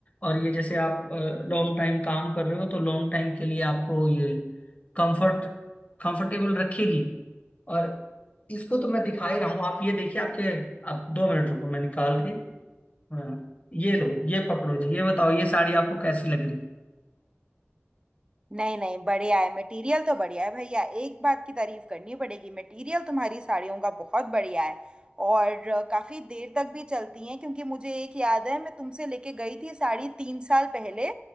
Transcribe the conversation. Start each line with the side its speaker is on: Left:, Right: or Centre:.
Left: और ये जैसे आप लॉन्ग टाइम काम कर रहे हो तो लॉन्ग टाइम के लिए आपको ये कंफर्ट कंफर्टेबल रखेगी और इसको तो मैं दिखा ही रहा हूँ आप ये देखिए आपके आप दो मिनट रुको मैं निकाल के हाँ ये लो ये पकड़ो जी ये बताओ ये साड़ी आपको कैसी लग रही
Right: नहीं नहीं बढ़िया है मटेरियल तो बढ़िया है भैया एक बात की तारीफ करनी पड़ेगी मटेरियल तुम्हारी साड़ियों का बहुत बढ़िया है और अ, काफी देर तक भी चलती हैं क्योंकि मुझे एक याद है मैं तुमसे लेके गई थी साड़ी तीन साल पहले